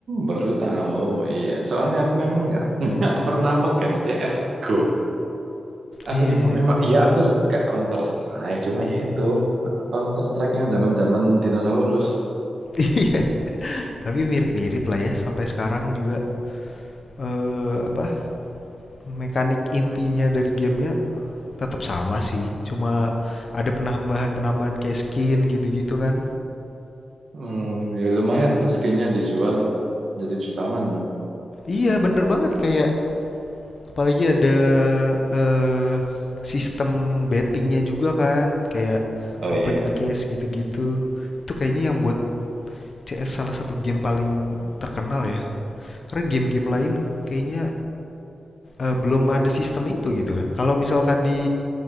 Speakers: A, on the right; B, on the left.
A: baru tahu. Iya, soalnya aku memang nggak <laughs> nggak pernah megang CS:GO. Aku
B: Iya
A: cuma
B: iya.
A: memang, iya aku suka Counter Strike. Cuma ya itu Counter Strike yang zaman-zaman dinosaurus.
B: Iya, <laughs> tapi mirip-mirip lah ya sampai sekarang juga eh apa Mekanik intinya dari gamenya tetap sama sih, cuma ada penambahan-penambahan kayak skin gitu-gitu kan.
A: Hmm, ya lumayan tuh skinnya dijual jadi jutawan loh.
B: Iya, bener banget kayak apalagi ada eh, sistem bettingnya juga kan, kayak
A: Oh iya.
B: open case gitu-gitu. Itu kayaknya yang buat CS salah satu game paling terkenal ya. Karena game-game lain kayaknya eh, belum ada sistem itu gitu kan. Kalau misalkan di